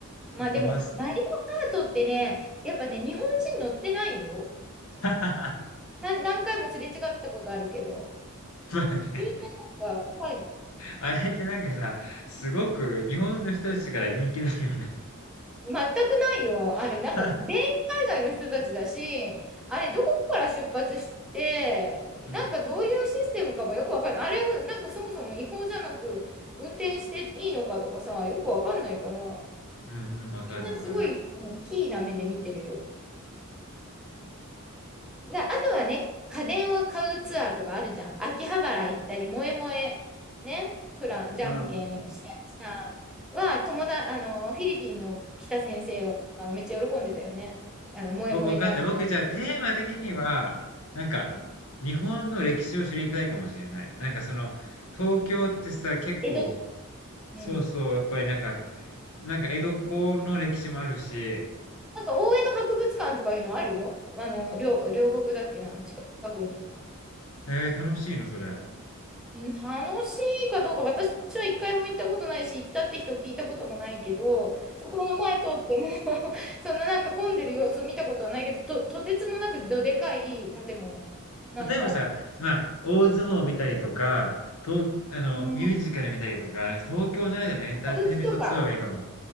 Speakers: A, in the centre; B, on the left.
A: まあでも、
B: はとバス、
A: マリオカートってね、やっぱね、日本人乗ってないよ。
B: <laughs>
A: な何回もすれ違ったことあるけど、
B: まあね、
A: みんななんか、はい、
B: あれってなんかさ、すごく日本の人たちから人気だよね。
A: 全くないよ。あれ、
B: <laughs>
A: なんか全員海外の人たちだし、あれ、どこから出発して、
B: うん。
A: なんかどういうシステムかもよくわかんない。あれを、なんかそもそも違法じゃなく、運転していいのかとかさ、よくわかんないから、
B: うんうん、
A: みんなすごい、
B: わかるわかる。
A: うん、キーな目で見てるよ。な、あとはね、家電を買うツアーとかあるじゃん。秋葉原行ったり、萌え萌え、ね、プラン、じゃんけんしたりさ、
B: うん。
A: は、友だ、あの、フィリピンの北先生はめっちゃ喜んでたよね。あの、萌え萌えじゃんけん。
B: 僕わかった。僕じゃあテーマ的には、なんか、
A: うん
B: 日本の歴史を知りたいかもしれない。なんかその、東京ってさ、結構、
A: 江戸、うん。
B: そうそう、やっぱりなんか、なんか江戸っ子の歴史もあるし、へ
A: なんか、大江戸博物館とかいうのあるよ。あの、両、両国だっけな、近くに。
B: え、楽しいの、それ。
A: うん、楽しいかどうか、私は一回も行ったことないし、行ったって人を聞いたこともないけど、そこの前通っても <laughs> そんななんか混んでる様子を見たことはないけど、と、とてつもなくどでかい建物。なんか、
B: 例えばさ、その、大相撲を見たりとか、東あの、
A: うん、
B: ミュージカル見たりとか、なんか東京ならではのエンターテインメントツアーがいいかも。
A: 歌舞伎とか、